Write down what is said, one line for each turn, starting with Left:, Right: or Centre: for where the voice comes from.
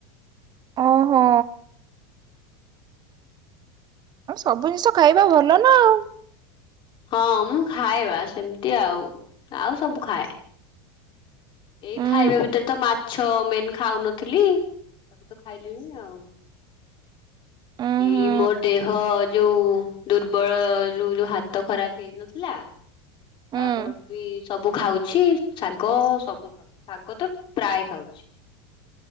Right: ଓହୋ। ସବୁ ଜିନିଷ ଖାଇବା ଭଲ ନା ଆଉ।
Left: ହଁ ମୁଁ ଖାଏବା ସେମିତି ଆଉ, ଆଉ ସବୁ ଖାଏ। ଏଇ
Right: ହୁଁ
Left: ଖାଇବା ଭିତରେ ତ ମାଛ ମେନ୍ ଖାଉନଥିଲି। ତାକୁ ତ ଖାଇଲିଣି ଆଉ।
Right: ହୁଁ
Left: ଏଇ ମୋର ଦେହ ଯୋଉ ଦୁର୍ବଳରୁ ଯୋଉ ହାତ ଖରାପ୍ ହେଇ ନଥିଲା,
Right: ହୁଁ।
Left: ତାପରଠୁ ବି ସବୁ ଖାଉଛି ଶାଗ ସ ବୁ ଖାଉଛି, ଶାଗ ତ ପ୍ରାୟ ଖାଉଛି।